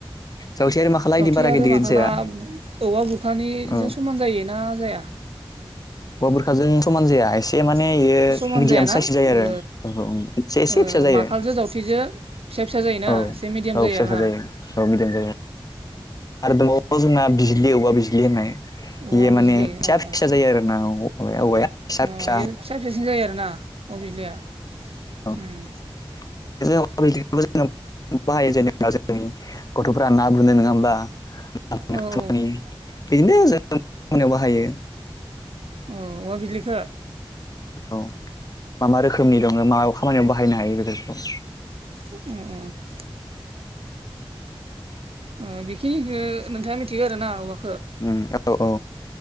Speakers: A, on the left; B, on the right.
A: जावथे आरो माखाला
B: जावथे
A: इदि बारा
B: आरो
A: गिदिर गिदिर
B: माखाला
A: जाया
B: औवा बुरखानिजों
A: औ
B: समान जायोना जाया?
A: औवा बुरखाजों समान जाया
B: बुरखाजों
A: एसे माने इयो
B: समान
A: मिडियाम
B: जायाना
A: साइस जायो आरो
B: ओ
A: औ एसे एसे
B: ओ
A: फिसा जायो
B: माखालजो जावथेजो फिसा फिसा जायोना
A: औ
B: एसे मिडियाम
A: औ फिसा
B: जायो
A: फिसा
B: आरो
A: जायो
B: ना।
A: औ मिदियाम जायो। आरो दंबाव वो जोंना बिज्लि औवा बिज्लि होननाय बेयो
B: औवा बिजलि
A: माने फिसा
B: औ
A: फिसा
B: औ
A: जायो आरो ना औवाया। फिसा
B: अ
A: फिसा
B: इयो फिसासिन जायो आरोना औवा बिजलिया उम
A: <unintelligible> <unintelligible>
B: ना
A: गथ'फोरा ना बोनो नङा होमबा? <unintelligible>
B: औ
A: खामानि
B: बेजों जोङो
A: बिदिनो जों खामानियाव बाहायो।
B: औ औवा बिज्लिखो।
A: औ मा मा रोखोमनि दङ मा खामानियाव बाहायनो हायो बेफोरखौ?
B: अ अ अ। ओ बेखिनिखो नोंथाङा मिथिगो आरो ना औवा
A: ओम औ औ